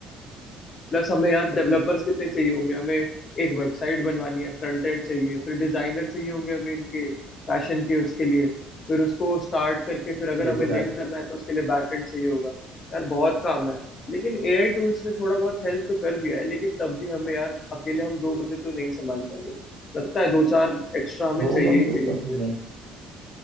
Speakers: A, on the left; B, on the right.
A: प्लस हमें यार डेवलपर्स कितने चाहिए होंगे हमें एक वेबसाइट बनवानी है फ्रंट एंड चाहिए फिर डिजाइनर चाहिए होंगे हमें इनके फैशन के उसके लिए फिर उसको स्टार्ट करके फिर अगर
B: ये
A: हमें
B: तो
A: लिंक
B: है
A: करना है तो उसके लिए बैक एंड चाहिए होगा यार बहुत काम है लेकिन एआई टूल्स ने थोड़ा बहुत हेल्प तो कर दिया है लेकिन तब भी हमें यार अकेले हम दो बंदे तो नहीं संभाल पाएंगे लगता है दो चार एक्स्ट्रा हमें
B: दो
A: चाहिए
B: बंद
A: ही
B: तो
A: चाहिए
B: क्या
A: होंगे
B: तुम नहीं